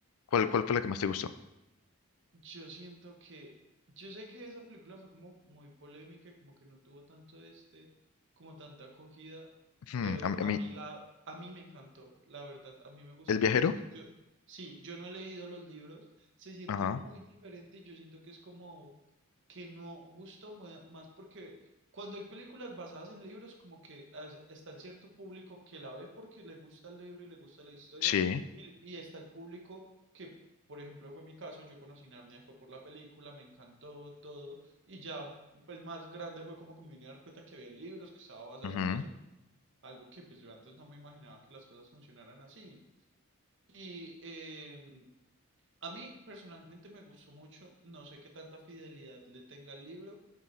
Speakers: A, on the left; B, on the right.
A: ¿Cuál, cuál fue la que más te gustó?
B: Yo siento que, yo sé que esa película fue como muy polémica y como que no tuvo tanto este, como tanta acogida,
A: Hmm,
B: pero
A: a mí, a
B: a
A: mí-
B: mí la, a mí me encantó, la verdad, a mí me gustó
A: ¿el viajero?
B: mucho. Yo, sí, yo no he leído los libros, se siente
A: Ajá,
B: muy diferente y yo siento que es como que no gusto mu- más porque cuando hay películas basadas en libros, como que as- está el cierto público que la ve porque le gusta el libro y le gusta la historia,
A: sí,
B: y, y está el público que, por ejemplo, fue mi caso, yo conocí Narnia, fue por la película, me encantó todo, y ya pues más grande fue como que me vine a dar cuenta que había libros, que estaba basado
A: ujú,
B: en eso, algo que pues yo antes no me imaginaba que las cosas funcionaran así. Y em, a mí personalmente me gustó mucho, no sé qué tanta fidelidad le tenga el libro